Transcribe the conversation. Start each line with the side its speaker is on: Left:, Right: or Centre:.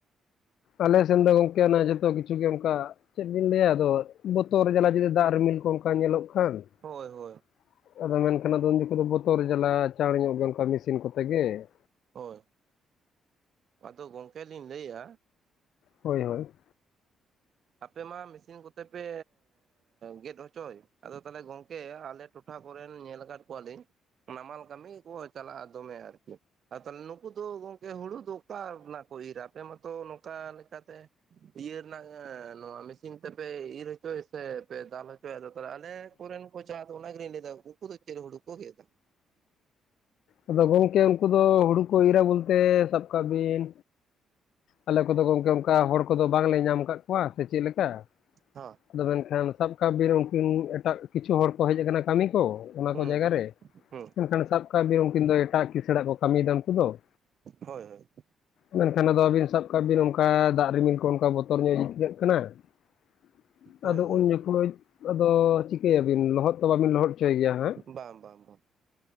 Left: ᱟᱞᱮ ᱥᱮᱱ ᱫᱚ ᱜᱚᱝᱠᱮ ᱚᱱᱟ ᱡᱚᱛᱚ ᱠᱤᱪᱷᱩ ᱜᱮ ᱚᱱᱠᱟ ᱪᱮᱫ ᱵᱤᱱ ᱞᱟᱹᱭᱟ ᱟᱫᱚ ᱵᱚᱛᱚᱨ ᱡᱟᱞᱟᱼᱼ ᱡᱩᱫᱤ ᱫᱟᱜ ᱨᱤᱢᱤᱞ ᱠᱚ ᱚᱱᱠᱟ ᱧᱮᱞᱚᱜ ᱠᱷᱟᱱ
Right: ᱦᱳᱭ ᱦᱳᱭ
Left: ᱾ ᱟᱫᱚ ᱢᱮᱱᱠᱷᱟᱱ ᱟᱫᱚ ᱩᱱ ᱡᱚᱠᱷᱚᱱ ᱫᱚ ᱵᱚᱛᱚᱨ ᱡᱟᱞᱟ ᱪᱟᱬ ᱧᱚᱜ ᱜᱮ ᱚᱱᱠᱟ ᱢᱮᱥᱤᱱ ᱠᱚᱛᱮ ᱜᱮ ᱾
Right: ᱦᱳᱭ ᱾ ᱟᱫᱚ ᱜᱚᱝᱠᱮ ᱞᱤᱧ ᱞᱟᱹᱭᱮᱫᱼᱟᱼᱼ
Left: ᱦᱳᱭ ᱦᱳᱭ ᱾
Right: ᱟᱯᱮ ᱢᱟ ᱢᱮᱥᱤᱱ ᱠᱚᱛᱮ ᱯᱮᱻ ᱜᱮᱫ ᱦᱚᱪᱚᱭ ᱟᱫᱚ ᱛᱟᱦᱚᱞᱮ ᱜᱚᱝᱠᱮ ᱟᱞᱮᱼᱼ ᱴᱚᱴᱷᱟ ᱠᱚᱨᱮᱱ ᱧᱮᱞ ᱟᱠᱟᱫ ᱠᱚᱣᱟ ᱞᱤᱧᱼᱼ ᱱᱟᱢᱟᱞ ᱠᱟᱹᱢᱤ ᱜᱮᱠᱚ ᱪᱟᱞᱟᱜᱼᱟ ᱫᱚᱢᱮ ᱟᱨᱠᱤ ᱛᱟᱦᱚᱞᱮ ᱱᱩᱠᱩ ᱫᱚ ᱜᱚᱝᱠᱮ ᱦᱩᱲᱩ ᱫᱚᱼᱼ ᱚᱠᱟ ᱨᱮᱱᱟᱜ ᱠᱚ ᱤᱨᱟ ᱟᱯᱮ ᱢᱟᱚᱛᱚ ᱱᱚᱝᱠᱟ ᱞᱮᱠᱟᱛᱮ ᱤᱭᱟᱹ ᱨᱮᱱᱟᱜ ᱦᱮᱸ ᱱᱚᱣᱟ ᱢᱮᱥᱤᱱ ᱛᱮᱯᱮ ᱤᱨ ᱦᱚᱪᱚᱭᱟ ᱥᱮ ᱯᱮ ᱫᱟᱞ ᱦᱚᱪᱚᱭᱟ ᱟᱫᱚ ᱛᱟᱦᱞᱮ ᱟᱞᱮ ᱠᱚᱨᱮᱱ <unintelligible> ᱚᱱᱟ ᱜᱮᱞᱤᱧ ᱞᱟᱹᱭ ᱮᱫᱟ ᱩᱱᱠᱩ ᱫᱚ ᱪᱮᱫ ᱦᱩᱲᱩ ᱠᱚ ᱜᱮᱫ ᱫᱟ?
Left: ᱟᱫᱚ ᱜᱚᱝᱠᱮ ᱩᱱᱠᱩ ᱫᱚ ᱦᱩᱲᱩ ᱠᱚ ᱤᱨᱟ ᱵᱚᱞᱛᱮ ᱥᱟᱵ ᱠᱟᱜ ᱵᱤᱱᱼᱼ ᱟᱞᱮ ᱠᱚᱫᱚ ᱜᱚᱢᱠᱮ ᱚᱱᱠᱟ ᱦᱚᱲ ᱠᱚᱫᱚ ᱵᱟᱝᱞᱮ ᱧᱟᱢ ᱟᱠᱟᱫ ᱠᱚᱣᱟ ᱥᱮ ᱪᱮᱫ ᱞᱮᱠᱟᱼᱼ
Right: ᱦᱚᱸ ᱾
Left: ᱟᱫᱚ ᱢᱮᱱᱠᱷᱟᱱ ᱥᱟᱵ ᱠᱟᱜ ᱵᱤᱱ ᱩᱱᱠᱤᱱ ᱮᱴᱟᱜ ᱠᱤᱪᱷᱩ ᱦᱚᱲ ᱠᱚ ᱦᱮᱡ ᱟᱠᱟᱱᱟ ᱠᱟᱹᱢᱤ ᱠᱚ ᱚᱱᱟ
Right: ᱦᱩᱸ
Left: ᱠᱚ ᱡᱟᱭᱜᱟ ᱨᱮᱼᱼ
Right: ᱦᱩᱸ
Left: ᱢᱮᱱᱠᱷᱟᱱ ᱥᱟᱵ ᱠᱟᱜ ᱵᱤᱱ ᱩᱱᱠᱤᱱ ᱫᱚ ᱮᱴᱟᱜ ᱠᱤᱥᱟᱬᱟᱜ ᱠᱚ ᱠᱟᱹᱢᱤᱭᱮᱫᱟ ᱩᱱᱠᱩ ᱫᱚ ᱾
Right: ᱦᱳᱭ ᱦᱳᱭ ᱾
Left: ᱢᱮᱱᱠᱷᱟᱱ ᱟᱫᱚ ᱟᱹᱵᱤᱱ ᱥᱟᱵ ᱠᱟᱜ ᱵᱤᱱ ᱚᱱᱠᱟ ᱫᱟᱜ ᱨᱤᱢᱤᱞ ᱠᱚ ᱚᱱᱠᱟ ᱵᱚᱛᱚᱨ ᱧᱚᱜ <unintelligible> ᱠᱟᱱᱟ ᱾ <unintelligible>
Right: ᱦᱳᱭ
Left: ᱟᱫᱚ
Right: ᱦᱳᱭ
Left: ᱩᱱ ᱡᱚᱠᱷᱚᱱ <unintelligible> ᱟᱫᱚ ᱪᱤᱠᱟᱹᱭᱟᱵᱤᱱ ᱞᱚᱦᱚᱫ ᱛᱚ ᱵᱟᱵᱤᱱ ᱞᱚᱦᱚᱫ ᱦᱚᱪᱚᱭ ᱜᱮᱭᱟ ᱦᱟᱸᱜ ᱾
Right: ᱵᱟᱝ ᱵᱟᱝ ᱵᱟᱝ ᱾